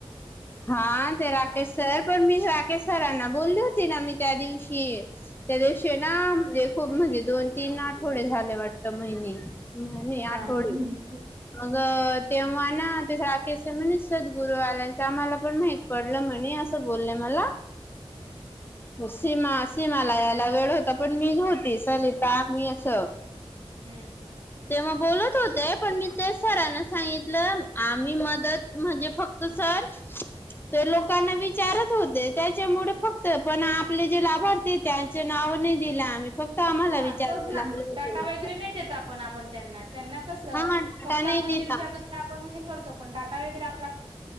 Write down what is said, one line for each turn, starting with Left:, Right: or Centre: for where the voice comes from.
Left: हा ते राकेश सर पण मी राकेश सरांना बोलले होते, ना मी त्या दिवशी त्या दिवशी ना म्हणजे खूप म्हणजे दोन तीन. आठवडे झाले वाटत महिने म्ह
Right: हा
Left: आठवडे
Right: हम्म
Left: मग. तेव्हा ना ते राखेश सर म्हणे सर. फुलवाल्याचा मला पण माहित पडलं म्हणे असं बोलले मला. हो सीमास. मला यायला वेळ होता, पण मी होती सलिता मी असं.
Right: हम्म
Left: तेव्हा बोलत होत. ते पण मी ते सरांना सांगितलं आम्ही मदत म्हणजे फक्त सर. तर लोकांना विचारत होते, त्याच्यामुळे फक्त पण आपले जे लाभार्थी त्यांच नाव. हो नाही दिला आम्ही. फक्त आम्हाला
Right: हा
Left: विचारावं
Right: तोच ना
Left: लागलं होतं
Right: डाटा वगैरे नाही देत आपण आपण त्यांना. त्यांना कस
Left: हा डाटा
Right: फक्त
Left: नाही
Right: आपण
Left: दिला
Right: जे विचारतो ते आपण हे करतो पण डाटा वगैरे आप